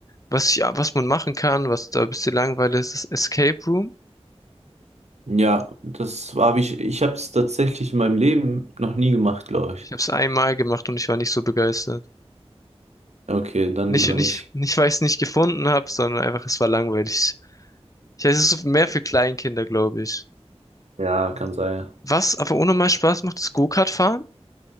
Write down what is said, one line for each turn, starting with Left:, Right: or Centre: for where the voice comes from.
Left: Was ich, was man machen kann, was da ein bisschen langweilig ist, ist Escape Room.
Right: Ja, das habe ich, ich habe es tatsächlich in meinem Leben noch nie gemacht, glaube ich.
Left: Ich habe es einmal gemacht und ich war nicht so begeistert.
Right: Okay, dann
Left: Nicht,
Right: lieber
Left: nicht,
Right: nicht.
Left: nicht, weil ich es nicht gefunden habe, sondern einfach, es war langweilig. Ich weiß, es ist mehr für Kleinkinder, glaube ich.
Right: Ja, kann sein.
Left: Was aber ohne mal Spaß macht, ist Go-Kart fahren.